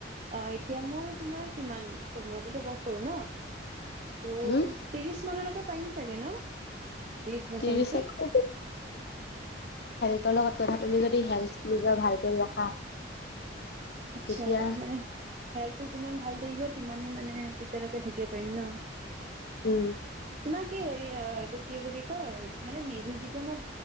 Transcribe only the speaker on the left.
হম
ত্ৰিশতকৈ হেল্থতৰ লগত কথা তুমি যদি হেল্থ নিজৰ ভাল কৰি ৰাখা,
তেতিয়া
উম